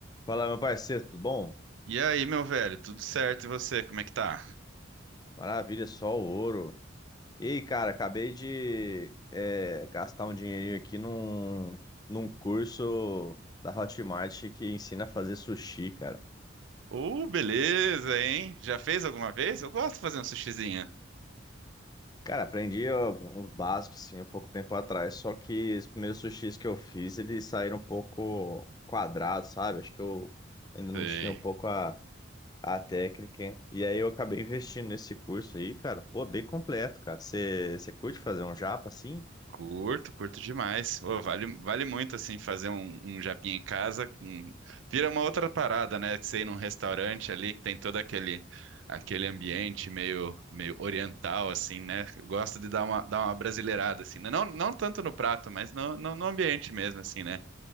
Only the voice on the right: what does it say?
E aí, meu velho, tudo certo? E você, como é que tá?
Uh, beleza, hein? Já fez alguma vez? Eu gosto de fazer um sushizinho.
Sei.
Curto, curto demais. Ô, vale, vale muito, assim, fazer um, um japinha em casa. um- Vira uma outra parada, né? Que você ir num restaurante ali, que tem todo aquele, aquele ambiente meio, meio oriental, assim, né? Eu gosto de dar uma, dar uma brasileirada, assim. né? Não, não tanto no prato, mas no, no, no ambiente mesmo, assim, né?